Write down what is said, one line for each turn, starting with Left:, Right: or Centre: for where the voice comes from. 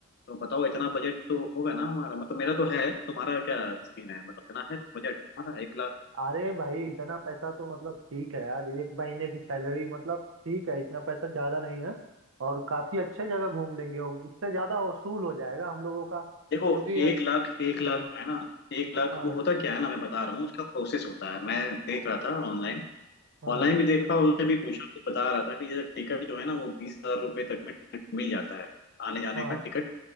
Left: तो बताओ इतना बजट तो होगा ना हमारा मतलब मेरा तो है तुम्हारा क्या सीन है बताओ इतना है बजट तुम्हारा एक लाख
Right: अरे भाई इतना पैसा तो मतलब ठीक है यार एक महीने की सैलरी मतलब ठीक है इतना पैसा ज्यादा नहीं है और काफी अच्छे जगह घूम लेंगे और उससे ज्यादा वसूल हो जाएगा हम लोगों का क्योंकि
Left: देखो एक
Right: यार
Left: लाख एक लाख जो है ना एक लाख
Right: हाँ
Left: वो होता क्या है ना मैं बता रहा हूँ उसका प्रोसेस होता है मैं देख रहा था ऑनलाइन
Right: हाँ
Left: ऑनलाइन भी देखा उसने भी पूछा तो बता रहा था कि जैसे टिकट जो है ना वो बीस हजार रुपये तक में टिकट मिल जाता है आने जाने
Right: हाँ
Left: का टिकट